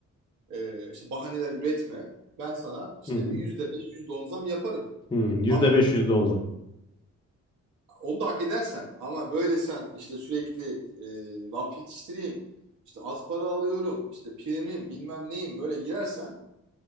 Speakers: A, on the right (about 80°); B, on the left (about 15°).
A: e, işte bahaneler üretme. Ben sana işte
B: Hı hı.
A: bir yüzde beş, yüzde on zam yaparım.
B: Hı, %5,
A: Ama
B: %10 zam.
A: onu da hak edersen ama böyle sen işte sürekli e, laf yetiştireyim, işte az para alıyorum, işte primim bilmem neyim böyle girersen